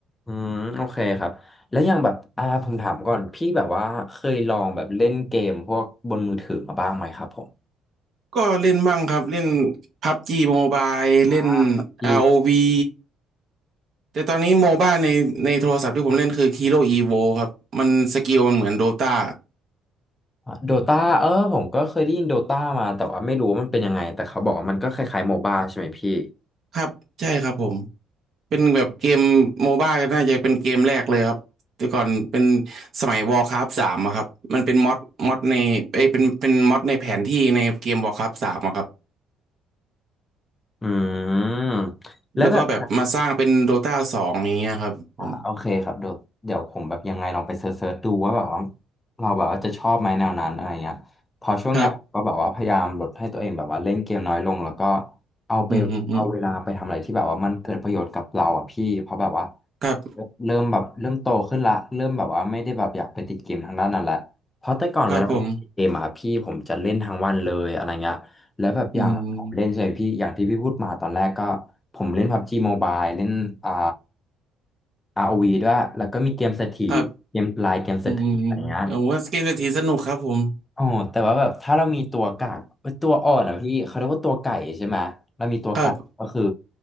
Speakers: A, on the left; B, on the right.
A: อืมโอเคครับแล้วอย่างแบบอ่าผมถามก่อนพี่แบบว่าเคยลองแบบเล่นเกมพวกบนมือถือมาบ้างไหมครับผม
B: ก็เล่นบ้างครับเล่นพับจีโมบาเล่น
A: อ่า p u g
B: r วี แต่ตอนนี้โมบ้าในในโทรศัพท์ที่ผมเล่นคือ Hero Evo ครับมันสกิลมันเหมือนโดตา
A: โดตาเออผมก็เคยได้ยินโดตามาแต่ว่าไม่รู้ว่ามันเป็นยังไงแต่เขาบอกว่ามันก็คล้ายๆโมบ้าใช่ไหมพี่
B: ครับใช่ครับผมเป็นแบบเกมโมบ้าน่าจะเป็นเกมแรกเลยครับแต่ก่อนเป็นสมัย Warcraft สามอะครับมันเป็นม็อดม็อดในเอ้ยเป็นเป็นม็อดในแผนที่ในเกม Warcraft สามอะครับ
A: อืมแล้วแบบ
B: แล้วก็แบบมาสร้างเป็นโดตาสองอย่างเงี้ยครับผม
A: อ่าโอเคครับเดี๋ยวเดี๋ยวผมแบบยังไงลองไปเสิร์ชดูว่าแบบว่าเราแบบว่าจะชอบไหมแนวนั้นอะไรเงี้ยพอช่วงเนี้ยผมก็แบบว่าพยายามลดให้ตัวเองแบบว่าเล่นเกมน้อยลงแล้วก็
B: ครับ
A: เอาไปเอาเวลาไปทำอะไรที่แบบว่ามันเกิดประโยชน์กับเราอ่ะพี่เพราะแบบว่าผมเริ่มแบบเริ่มโตขึ้นละเริ่มแบบว่าไม่ได้แบบอยากไปติดเกมทางด้านนั้นละเพราะแต่ก่อนเวลาติดเกมอ่ะพี่ผมจะเล่นทั้งวันเลยอะไรเงี้ย
B: อืมอืมอืมครับครับผม
A: แล้วแบบอย่างผมเล่นใช่ไหมพี่อย่างที่พี่พูดมาตอนแรกก็ผมเล่น
B: อืม
A: p บบ g Mobile เล่นอ่า r o ีด้วยแล้วก็มีเกมเศรษฐีเกมลายเกมเศรษฐีอะไรเงี้ย
B: ครับอืมโอ้ว่าเกมเศรษฐีสนุกครับผม
A: อ๋อแต่ว่าแบบถ้าเรามีตัวกากเอ้ยตัวอ่อนอ่ะพี่เขาเรียกว่าตัวไก่ใช่ไหมเรามีตัวกากก็คือ
B: ครับ